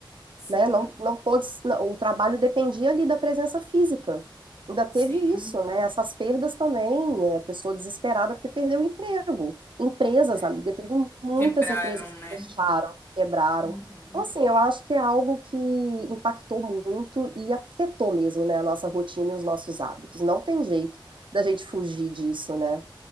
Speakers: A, on the left; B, on the right.
A: sim,
B: né? Não, não pôde, não, o trabalho dependia ali da presença física. Ainda teve
A: sim.
B: isso, né? Essas perdas também, é, a pessoa desesperada porque perdeu o emprego. Empresas,
A: É.
B: amiga, teve muitas
A: Quebraram,
B: empresas que
A: né?
B: fecharam, que quebraram.
A: Uhum.
B: Então, assim, eu acho que é algo que impactou muito e afetou mesmo, né, a nossa rotina e os nossos hábitos. Não tem jeito da gente fugir disso, né?